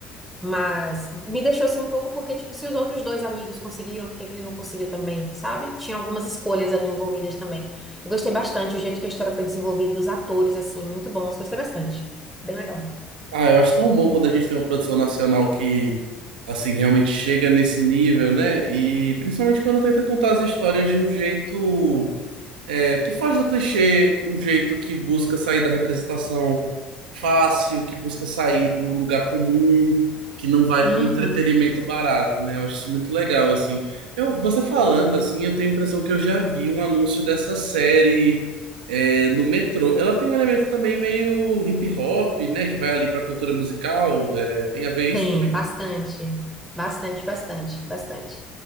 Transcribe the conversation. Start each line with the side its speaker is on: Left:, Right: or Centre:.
Centre: Mas me deixou assim um pouco porque, tipo, se os outros dois amigos conseguiram, por que que ele não conseguiu também, sabe? Tinha algumas escolhas ali envolvidas também. Eu gostei bastante o jeito que a história foi desenvolvida, os atores, assim, muito bons. Gostei bastante. Bem legal.
Right: Ah, eu acho tão bom quando a gente tem uma produção nacional que, assim, realmente chega nesse nível, né? E principalmente quando tenta contar as histórias de um jeito. é, que foge do clichê, um jeito que busca sair da representação fácil, que busca sair do lugar comum, que não vai
Centre: Uhum.
Right: para o entretenimento barato, né? Eu acho isso muito legal, assim. Eu, você falando, assim, eu tenho a impressão que eu já vi um anúncio dessa série é, no metrô. Ela tem um elemento também meio hip hop, né? Que vai ali para a cultura musical. é, tem a ver isso
Centre: Tem,
Right: também?
Centre: bastante. Bastante, bastante, bastante.